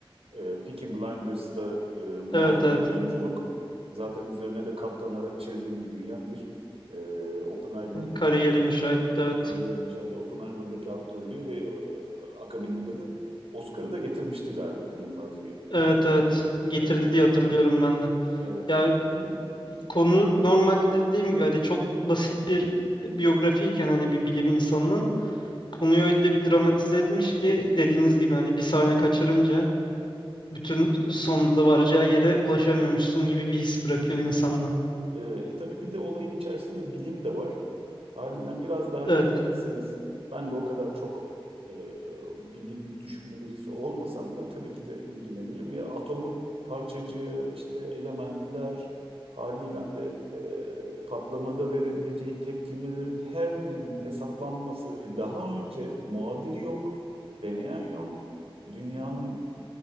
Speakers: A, on the right; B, on the left.
A: e, Peaky Blinders'da e, muazzam
B: evet evet
A: bir oyunculuk. Zaten üzerine de katlanarak çığ gibi büyüyen bir e, Oppenheimer'daki
B: kariyer inşa etti evet.
A: kariyer inşa etti. Oppenheimer'daki aktörlüğü ve e, akabininde de Oscar'ı da getirmişti galiba Cillian Murphy'ye.
B: Evet evet getirdi
A: Evet,
B: diye hatırlıyorum ben de.
A: evet.
B: Ya konu normalde dediğim gibi hani çok basit bir biyografiyken hani bir bilim insanının konuyu öyle bir dramatize etmiş ki dediğiniz gibi hani bir sahne kaçırınca bütün sonunda varacağı yere ulaşamıyormuşsun gibi bir his bırakıyor insanda.
A: E, e tabii bir de olayın içerisinde bilim de var. Haliyle biraz daha
B: Evet,
A: ilgiliyseniz ben de o kadar çok e, bilim düşkünü birisi olmasam da tabii ki de ilgilenirim. Ya atomun parçacığı, işte elementler haliyle de e, patlamada verebileceği tepkimelerin her birinin hesaplanması. E, daha önce muadili yok, deneyen yok. Dünyanın